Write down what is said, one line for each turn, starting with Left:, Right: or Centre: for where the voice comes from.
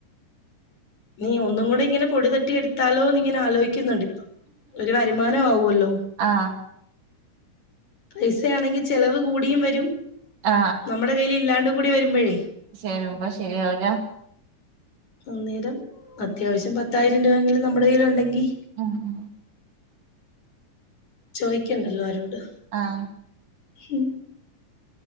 Left: ഇനി ഒന്നും കൂടി ഇങ്ങനെ പൊടി തട്ടി എടുത്താലോന്ന് ഇങ്ങനെ ആലോയിക്കുന്നുണ്ട് ഇപ്പൊ ഒരു വരുമാനം ആവുവല്ലോ
Right: ആ
Left: പൈസയാണെങ്കിൽ ചിലവ് കൂടിയും വരും
Right: ആ
Left: നമ്മുടെ കൈയിൽ ഇല്ലാണ്ട് കൂടി വരുമ്പോഴേ
Right: ചെയ്യുമ്പോ ശരിയാവുല
Left: അന്നേരം അത്യാവശ്യം പത്തായിരം രൂപ എങ്കിലും നമ്മുടെ കൈയിൽ ഉണ്ടെങ്കിൽ
Right: ഉം ഉം
Left: ചോയിക്കണ്ടല്ലോ അരോട്
Right: ആഹ്
Left: ഉം